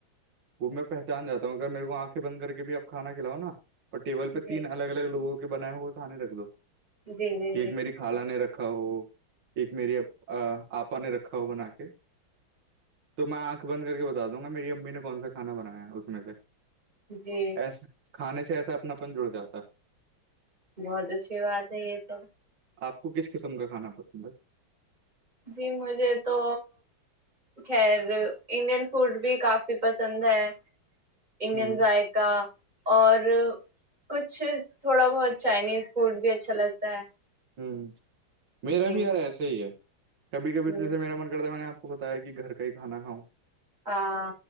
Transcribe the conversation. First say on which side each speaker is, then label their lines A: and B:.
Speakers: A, on the right; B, on the right.
A: وہ میں پہچان جا ہوں اگر میرے کو آنکھیں بند کر کے بھی اپ کھا کھلاؤا اور ٹیبل پہ
B: جی
A: تین الگ الگ لوگوں کے بنائے ہوئے کھانے رکھ دو
B: جی جی
A: ایک
B: جی
A: میری خالہ نے رکھا ہو ایک میری آپا نے رکھا ہو بنا کے تو میں آنکھ بند کر کے بتا دوں گا میری امی نے کون سا کانا بنایا اس میں سے
B: جی
A: ایسا کھانے سے ایسا اپنا پن جڑ جاتا ہے
B: بہت اچھی بات ہے یہ تو
A: آپ کو کس قسم کا کھانا پسند ہے
B: جی مجھے تو خیر انڈین فوڈ بھی کافی پسند ہے انڈین
A: ہ
B: ذائق کا اور کچھ تھوڑا بہت چائنیز فوڈ بھی اچھا لگتا ہے
A: ہوں میرا
B: جی
A: بھی یار ایسا ہی ہے کبھی کبھی
B: ہ
A: تو جیسے میرا من کرتا میں نے آپ بتایا کہ گھر کا ہی کھا کاؤں
B: ہاں